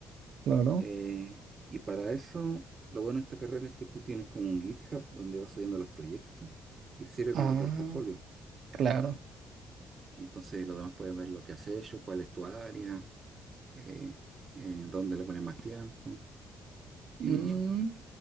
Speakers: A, on the right; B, on the right.
A: claro.
B: Eh, y para eso, lo bueno de esta carrera es que tú tienes como un GitHub donde vas subiendo los proyectos y te sirve
A: Ah,
B: como portafolio.
A: claro.
B: Y entonces los demás pueden ver lo que has hecho, cuál es tu área, eh, eh, dónde le pones más tiempo.
A: Mm,
B: Y,